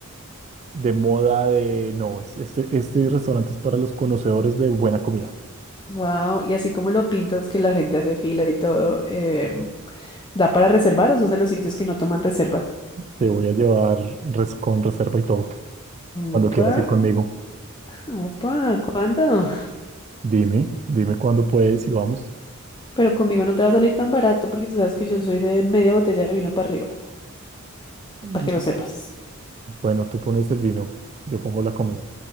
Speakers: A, on the right; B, on the left.
A: de moda de, no, es, este, este restaurante es para los conocedores de buena comida.
B: Wow, y así como lo pintas que la gente hace fila y todo. Eh... ¿Da para reservar o son de los sitios que no toman reservas?
A: Te voy a llevar res- con reserva y todo, cuando
B: Opa,
A: quieras ir conmigo.
B: Opa, ¿cuándo?
A: Dime, dime cuándo puedes y vamos.
B: Pero conmigo no te va a salir tan barato porque tú sabes que yo soy de media botella de vino para arriba,
A: Mm,
B: para que lo sepas.
A: Bueno, tú pones el vino, yo pongo la comida.